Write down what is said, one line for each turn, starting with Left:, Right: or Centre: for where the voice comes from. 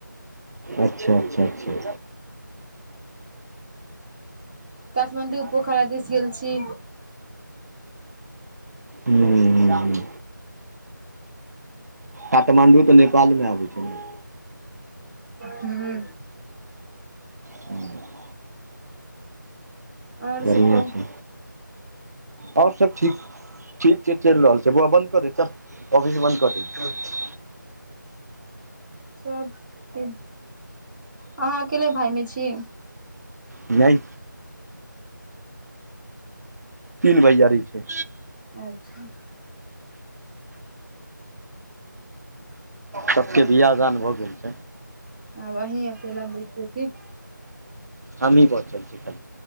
Right: अच्छा अच्छा अच्छा
Centre: काठमाण्डू पोखरा
Right: <inaudible>
Centre: दिस गेल छी
Right: हूँ काठमाण्डू तऽ नेपालमे आबै छै ने?
Centre: हूँ
Right: <inaudible>
Centre: आओर
Right: बढ़िया
Centre: सब कहू
Right: छै, आओर सब ठीक ठीक छै चलि रहल छै बौआ बन्द कऽ दऽहि तॅं, आॅफिस बन्द कऽ दऽहि
Centre: सब ठीक, अहाँ अकेले भाईमे छी?
Right: नहि तीन भैयारी छै।
Centre: अच्छा
Right: सबके बियाह-दान भऽ गेल छै।
Centre: आब अहीं अकेला बचि गेल छी
Right: हमही बचल छी